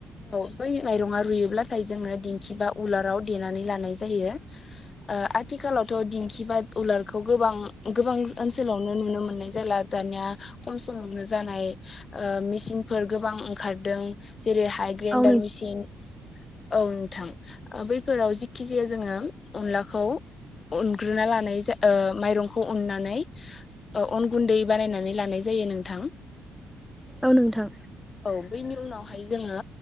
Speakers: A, on the left; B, in the centre.
A: औ बै माइरङा रुइयोब्लाथाय जोङो दिंखि बा उलाराव देनानै लानाय जायो। ओ आथिखालावथ' दिंखि बा उलार खौ गोबां गोबां ओनसोलावनो नुनो मोननाय जाला दानिया खम समावनो जानाय ओ मेचिनफोर गोबां ओंखारदों जेरैहाय ग्रेइन्डार
B: औ नोंथां
A: मेचिन औ नोंथां बैफोराव जिखिजियाव जोङो अनलाखौ उनग्रोना लानाय जा ओ माइरंखौ उननानै ओ अन गुन्दै बानायनानै लानाय जायो नोंथां
B: औ नोंथां
A: औ बैनि उनावहाय जोङो